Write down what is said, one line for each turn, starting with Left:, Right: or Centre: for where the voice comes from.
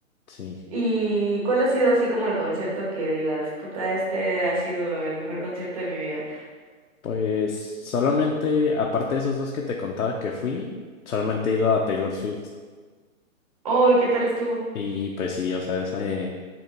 Left: Sí,
Right: ¿Y cuál ha sido así como el concierto que digas, puta, este ha sido el mejor concierto de mi vida?
Left: pues solamente, aparte de esos dos que te contaba que fui, solamente he ido a Taylor Swift
Right: Ay, ¿qué tal estuvo?
Left: y pues sí, o sea, esa, eh,